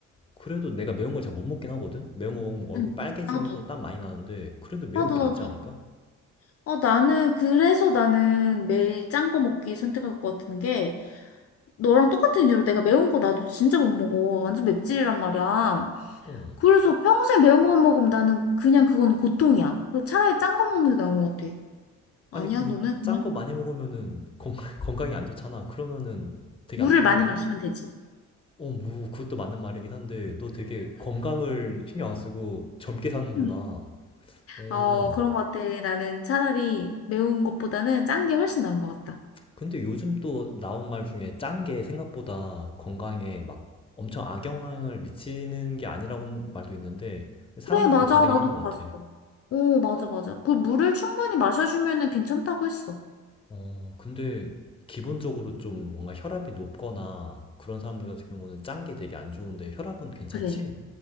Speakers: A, on the left; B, on the left.
A: 그래도 내가 매운 걸 잘 못 먹긴 하거든. 매운 거 먹으면 얼굴
B: 음.
A: 빨개지면서
B: 나도,
A: 땀 많이 나는데 그래도 매운
B: 나도,
A: 게
B: 나도.
A: 낫지 않을까?
B: 어, 나는, 그래서 나는 매일 짠 거 먹기 선택할 것 같은 게, 너랑 똑같은 이유로 내가 매운 거 나도 진짜 못 먹어. 완전 맵찔이란 말이야.
A: 어.
B: 그래서 평생 매운 것만 먹으면 나는 그냥 그건 고통이야. 그래서 차라리 짠 거 먹는 게 나은 것 같아. 아니야,
A: 아니 근데
B: 너는 그냥
A: 짠 거 많이 먹으면은 건 <laughs> 건강에 안 좋잖아. 그러면은 되게
B: 물을
A: 안 좋은
B: 많이
A: 거 아니야?
B: 마시면 되지.
A: 어, 뭐, 그것도 맞는 말이긴 한데, 너 되게 건강을 신경 안 쓰고 젊게 사는구나.
B: 음.
A: 어.
B: 어, 그런 것 같아. 나는 차라리 매운 것보다는 짠 게 훨씬 나은 것 같다.
A: 근데 요즘 또 나온 말 중에 짠 게 생각보다 건강에 막 엄청 악영향을 미치는 게 아니라고 말도 있는데, 사람마다
B: 그래, 맞아.
A: 좀 다르긴
B: 나도
A: 한 것
B: 봤어.
A: 같아.
B: 오, 맞아, 맞아. 그 물을 충분히 마셔주면은 괜찮다고 했어.
A: 어, 근데 기본적으로 좀 뭔가 혈압이 높거나 그런 사람들 같은 경우는 짠 게 되게 안 좋은데 혈압은 괜찮지?
B: 그래.